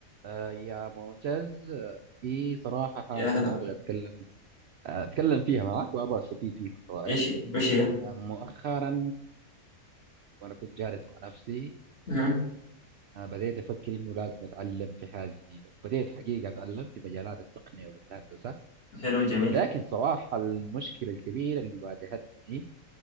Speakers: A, on the right; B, on the left.
A: آه، يا معتز آه، في صراحة حاجة
B: يا هلا
A: أنا أبغى أتكلم آه، أتكلم فيها معك وأبغى أستفيد فيها من رأيك
B: ايش وش هي؟
A: آه، مؤخرا وأنا كنت جالس مع نفسي
B: مهم.
A: آه، بديت أفكر إنه لازم أتعلم في حاجة جديدة بديت حقيقة أتعلم في مجالات التقنية والهندسة
B: حلو جميل
A: لكن صراحة المشكلة الكبيرة اللي واجهتني